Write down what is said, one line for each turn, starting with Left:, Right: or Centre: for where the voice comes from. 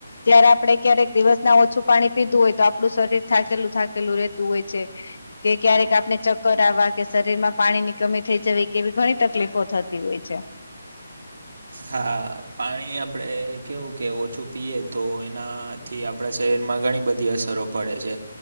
Left: જયારે આપડે ક્યારેક દિવસ ના ઓછું પાણી પીધું હોય તો આપડુ શરીર થાકેલું થાકેલું રહેતું હોય છે. કે ક્યારેક આપને ચક્કર આવવા કે શરીર માં પાણી ની કમી થઈ જવી કેવી ઘણી તકલીફો થતી હોય છે.
Right: હા પાણી આપડે કેવું કે ઓછું પીએ તો એના થી આપડા શરીરમાં ઘણી બધી અસરો પડે છે.